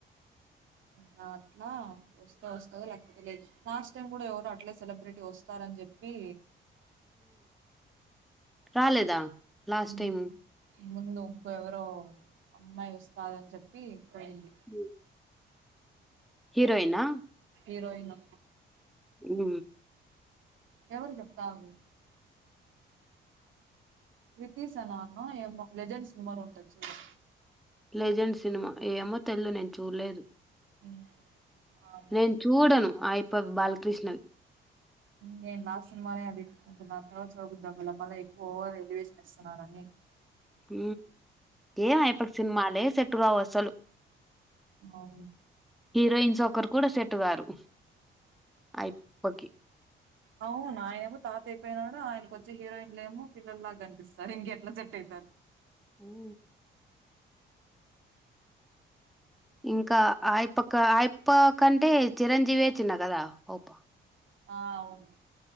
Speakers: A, on the right (about 75°); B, in the centre.
A: ఇంకా అట్లా వస్తా వస్త లేకపోతే లేదు లాస్ట్ టైమ్ కూడా ఎవరు అట్లే సెలబ్రిటీ వస్తారని చెప్పి
B: రాలేదా లాస్ట్
A: హ్మ్.
B: టైమ్
A: ముందు ఇంకో ఎవరో అమ్మాయి వస్తదని చెప్పి పోయింది
B: అ హీరోయినా
A: హీరోయిన్
B: ఉ
A: ఎవరు చెపావు కితిసనానా ఎమో లెజెండ్స్ సినిమా ఉంటది చూడు
B: లెజెండ్ సినిమా ఏమో తెలయాదు నేను చూడలేదు
A: హ్మ్ ఆమె.
B: నేను చూడను ఆ ఎప్పడు బాలకృష్ణవి
A: నేను లాస్ట్ సినిమానే అది ఇంక దాని తరవాత చూడబుధవళ మల ఎక్కువ ఓవర్ ఎలివేషన్ ఇస్తున్నారని
B: హ ఏంయపటి సినిమాలే సేట్టుకావు అసలు
A: అవు
B: హీరోయిన్స్ ఒకరు కూడా సెట్ గారు అయిపోకి
A: అవును ఆయననేమో తాత అయిపోయినాడు ఆయనకోచ్చే హీరోయిన్లు ఏమో పిల్ల లాగా కనిపిస్తారు ఇంకెట్లా సెట్ అయితారు.
B: ఉఓ ఇంకా ఆయపక ఆయప్ప కంటే చిరంజీవి చిన్న కదా ఓప్పా
A: ఆ! అవును.